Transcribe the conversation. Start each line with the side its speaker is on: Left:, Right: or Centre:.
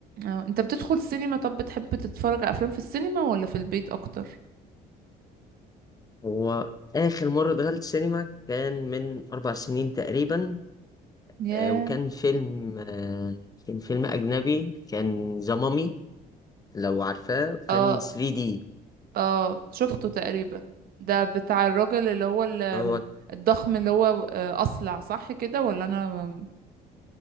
Right: اه انت بتدخل سينما طب بتحب تتفرج على افلام في السينما ولا في البيت اكتر
Left: هو اخر مره دخلت سينما كان من اربع سنين تقريبا
Right: ياه
Left: آه، وكان فيلم آه، كان فيلم اجنبي كان ذا مامي لو عارفاه كان
Right: اه
Left: 3D
Right: اه شفته تقريبا ده بتاع الراجل اللي هو ال-
Left: هو
Right: الضخم اللي هو آه، اصلع صح كده ولا انا